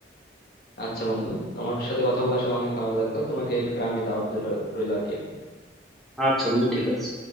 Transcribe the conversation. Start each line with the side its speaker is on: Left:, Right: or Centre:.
Left: আচ্ছা বন্ধু তোমার সাথে কথা বলে আসলে অনেক ভালো লাগতো তোমাকে গ্রামে দাওয়াত রইলো আর কি একদিন
Centre: আচ্ছা বন্ধু ঠিক আছে